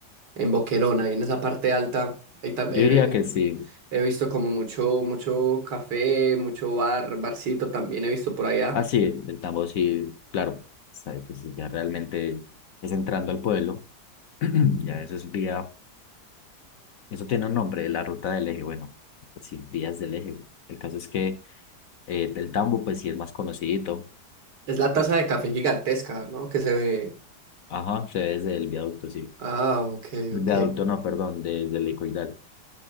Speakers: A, on the right (about 85°); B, on the left (about 65°).
A: en Boquerón, ahí en esa parte alta. Ahí tam-
B: Yo
A: he,
B: diría que sí.
A: he visto como mucho, mucho café, mucho bar, barcito también he visto por allá.
B: Ah, sí, el tambo sí, claro. Sabe que sí, ya realmente es entrando al pueblo. <clears throat> Ya eso es vía, eso tiene un nombre, la ruta del eje. Bueno, pues sí, vías del eje. El caso es que eh, el tambo, pues sí es más conocidito.
A: Es la taza de café gigantesca, ¿no? Que se ve.
B: Ajá, se ve desde el viaducto, sí.
A: Ah, ok,
B: El
A: ok.
B: viaducto, no, perdón, desde el Licoidal.